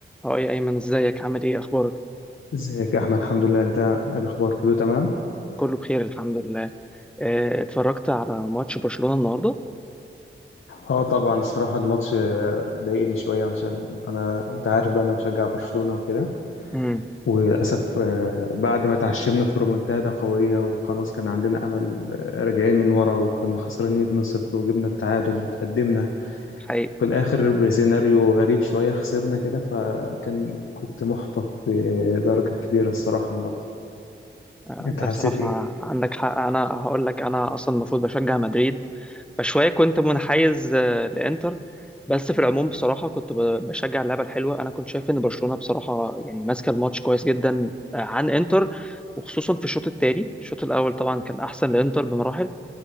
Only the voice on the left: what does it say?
ازيك يا احمد الحمد لله انت إيه الاخبار كله تمام
اه طبعا الصراحه الماتش آه، ضايقني شويه عشان انا انت عارف بقى انا بشجع برشلونه وكده
وللاسف آه، بعد ما تعشمنا في رومونتادا قويه وخلاص كان عندنا امل آه، راجعين من ورا وكنا خسرانين 2-0 وجبنا التعادل قدمنا
في الاخر بسيناريو غريب شويه خسرنا كده فكان كنت محبط بدرجه كبيره الصراحه النهارده
انت
حسيت
ايه